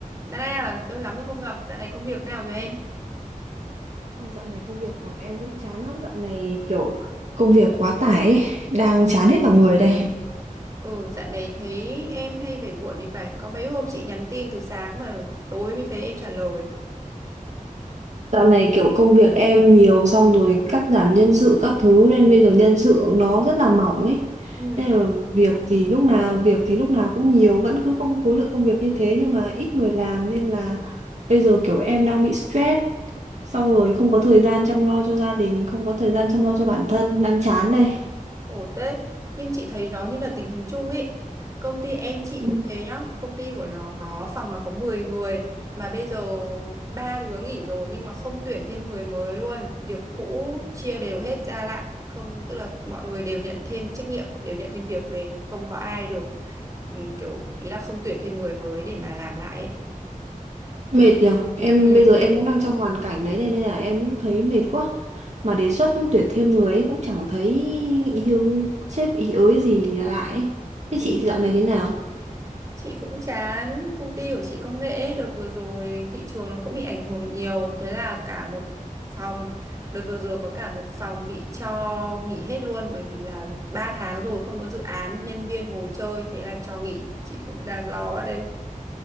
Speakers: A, on the right (about 25°); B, on the right (about 55°).
A: Dạo này à, lâu lắm rồi không gặp, dạo này công việc nào rồi em?
B: Ôi, dạo này công việc của em cũng chán lắm dạo này kiểu công việc quá tải ấy, đang chán hết vào người đây
A: Ừ, dạo này thấy em hay về muộn thì phải, có mấy hôm chị nhắn tin từ sáng mà tối mới thấy em trả lời.
B: dạo này kiểu công việc em nhiều xong rồi cắt giảm nhân sự các thứ nên bây giờ nhân sự nó rất là mỏng ấy
A: Ừ.
B: nên là việc thì lúc nào việc thì lúc nào cũng nhiều vẫn cứ công khối lượng công việc như thế nhưng mà ít người làm nên là bây giờ kiểu em đang bị stress xong rồi không có thời gian chăm lo cho gia đình không có thời gian chăm lo cho bản thân đang chán đây
A: Khổ thế, nhưng chị thấy nó như là tình hình chung ấy. Công ty em chị
B: Ừ.
A: cũng thế nhá, công ty của nó có phòng nó có 10 người mà bây giờ ba đứa nghỉ rồi nhưng mà không tuyển thêm người mới luôn, việc cũ chia đều hết ra lại, không tức là mọi người đều nhận thêm trách nhiệm, đều nhận thêm việc về, không có ai được ừm, kiểu ý là không tuyển thêm người mới để mà làm lại ấy.
B: Mệt nhở Em
A: Ừ.
B: bây giờ em cũng đang trong hoàn cảnh đấy Nên nên là em cũng thấy mệt quá Mà đề xuất tuyển thêm người ấy cũng chẳng thấy ý hướng sếp ý ới gì lại ấy. Thế
A: Thì
B: chị dạo này thế nào?
A: Chị cũng chán, công ty của chị công nghệ ấy, đợt vừa rồi thị trường nó cũng bị ảnh hưởng nhiều, thế là cả một phòng, đợt vừa rồi có cả một phòng bị cho nghỉ hết luôn bởi vì là 3 tháng rồi không có dự án, nhân viên ngồi chơi, thế là cho nghỉ, chị cũng đang lo quá đây.